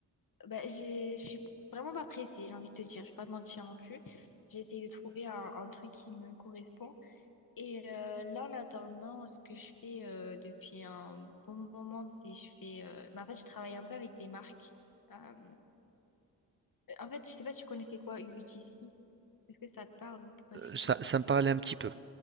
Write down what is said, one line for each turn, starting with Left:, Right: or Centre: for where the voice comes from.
Left: ben, j'ai, je suis vraiment pas pressée, j'ai envie de te dire, je vais pas te mentir non plus. J'ai essayé de trouver un, un truc qui me correspond. Et euh, là, en attendant, ce que je fais euh, depuis un bon moment, c'est je fais... euh, ben, en fait, je travaille un peu avec des marques. Euh, en fait, je sais pas si tu connaissais quoi, UGC. Est-ce que ça te parle ou pas du
Right: Ça,
Left: tout?
Right: ça me parlait un petit peu,